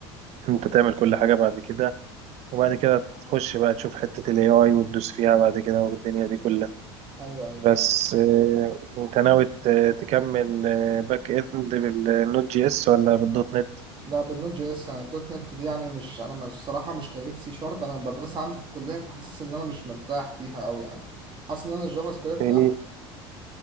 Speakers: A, on the right; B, on the right.
A: انت تعمل كل حاجة بعد كده وبعد كده تخش بقى تشوف حتة الاي اي وتدوس فيها بعد كده والدنيا دي كلها
B: ايوه ايوه
A: بس اه، انت ناوي ت- تكمل اه، باك اند بالنوت جي اس ولا بالدوت نت
B: لا بالنوت جي اس الدوت نت دي يعني مش انا مش- الصراحه مش كيف سي شارب انا بدرسها عندي في الكليه فحاسس ان انا مش مرتاح فيها قوي يعني حاسس ان انا الجافا سكريبت
A: في ايه
B: احسن يعني.